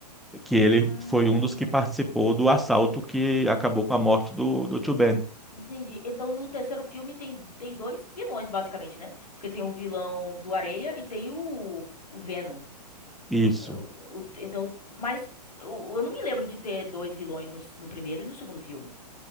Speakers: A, in the centre; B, on the left.
A: que ele
B: Hum.
A: foi um dos que participou do assalto que acabou com a morte do, do Tio Ben.
B: Entendi. Então no terceiro filme tem, tem dois vilões, basicamente, né? Porque tem o vilão do Areia e tem o, o Venom.
A: Isso.
B: Eu- o- então, mas eu, eu não me lembro de ter dois vilões no, no primeiro e no segundo filme.